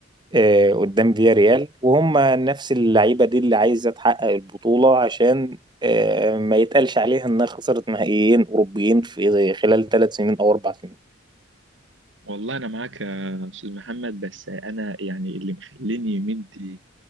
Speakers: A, on the right; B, on the right.
A: آه قدام فيا ريال وهم نفس اللعيبه دي اللي عايزه تحقق البطوله عشان آه ما يتقالش عليها انها خسرت نهائيين اوروبيين في خلال ثلاث سنين او اربع سنين
B: والله انا معاك يا استاذ محمد بس انا يعني اللي مخليني مدي